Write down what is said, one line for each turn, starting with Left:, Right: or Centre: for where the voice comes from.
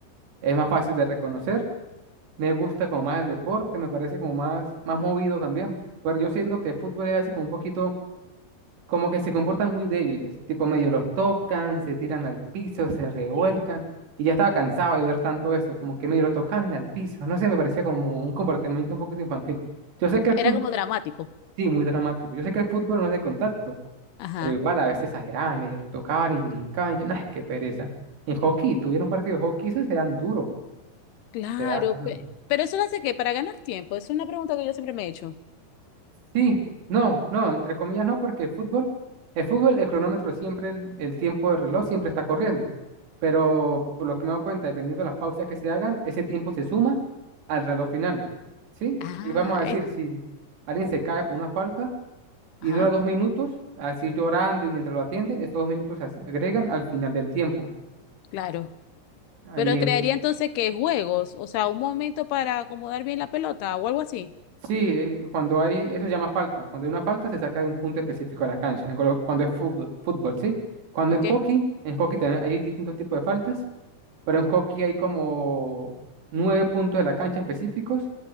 Right: es más fácil de reconocer, me gusta como más el deporte, me parece como más, más movido también, pero yo siento que el fútbol es así como un poquito como que se comportan muy débiles, tipo medio los tocan, se tiran al piso, se revuelcan.
Left: Sí.
Right: Y ya estaba cansado de ver tanto eso, como que medio lo tocan y al piso. No sé, me parecía como un comportamiento un poquito infantil. Yo sé que el
Left: Era
Right: fútbol,
Left: como dramático.
Right: sí, muy dramático. Yo sé que el fútbol no es de contacto,
Left: Ajá,
Right: pero igual a veces exageraban, medio los tocaban y brincaban. y Yo, no, es que pereza. En hockey, tuvieron un partido de hockey, eso se dan duro.
Left: claro.
Right: Se dan
Left: pe-
Right: duro.
Left: pero eso lo hace que para ganar tiempo, es una pregunta que yo siempre me he hecho.
Right: Sí, no, no, entre comillas no, porque el fútbol, el fútbol, el cronómetro siempre, el, el tiempo de reloj siempre está corriendo. pero por lo que me he dado cuenta, dependiendo de las pausas que se hagan, ese tiempo se suma al reloj final, ¿sí?
Left: Ah,
Right: Y vamos a decir,
Left: es-
Right: si alguien se cae por una falta y
Left: ajá,
Right: dura dos minutos, así llorando y mientras lo atienden, estos dos minutos se as- agregan al final del tiempo.
Left: claro.
Right: Ahí,
Left: Pero crearía
Right: eh,
Left: entonces que juegos, o sea, un momento para acomodar bien la pelota o algo así.
Right: sí, eh, cuando hay, eso se llama falta. Cuando hay una falta, se saca de un punto específico de la cancha, en colo- cuando es fútbol, fútbol, ¿sí? Cuando
Left: ok
Right: es hockey, en hockey también hay distintos tipos de faltas, pero en hockey hay como nueve puntos de la cancha específicos